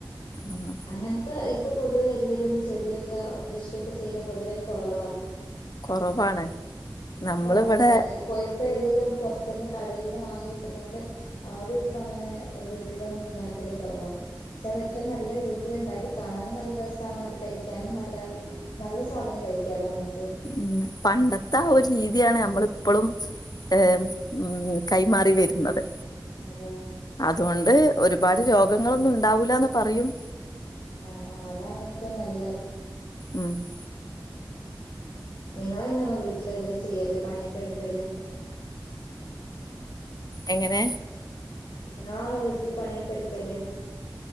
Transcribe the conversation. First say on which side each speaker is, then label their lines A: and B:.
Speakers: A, on the left; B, on the left.
A: ആഹ്
B: അങ്ങ <unintelligible> ഇപ്പൊ പൊതുവെ എല്ലരും ചെടിയൊക്കെ കൃഷിയൊക്കെ ചെയ്ത പൊതുവെ കൊറവാ
A: കൊറവാണ്.
B: ഇപ്പ
A: നമ്മളിവിടെ
B: ആരും എ ഇപ്പൊ ഇപ്പം എല്ലോം പൊറത്തുന്ന് കടയിൽ നിന്ന് വാങ്ങാൻ കിട്ടുന്നൊണ്ട് ആരും ഇപ്പ അങ്ങനെ വീട്ടിലൊന്നും ഉണ്ടാക്കല് കൊറവാ പക്ഷെ അത് ഏറ്റവും നല്ല വീട്ടില് ഇണ്ടാക്കി കാണാനും നല്ല രസാണ് അത് കഴിക്കാനും നല്ല നല്ല സാധനം കഴിക്കാല്ലോ നമുക്ക്
A: മ്ഹ് പണ്ടത്തെ ആ ഒരു രീതിയാണെ നമ്മള് ഇപ്പളും ഏഹ് ഉം കൈമാറി വരുന്നത്.
B: അതെ ആഹ്.
A: അതുകൊണ്ട് ഒരുപാട് രോഗങ്ങളൊന്നും ഉണ്ടാവൂലാന്ന് പറയും
B: ആഹ് ആഹ് അതാണ് ഏറ്റവും നല്ല
A: മ്ഹ്
B: നിങ്ങന്നാണോ വീട്ടിലെല്ലാം ചെയ്യല് പണിയൊക്കെ എടുക്കല്
A: എങ്ങനെ
B: നിങ്ങളാണോ വീട്ടില് പണിയൊക്കെ എടുക്കല്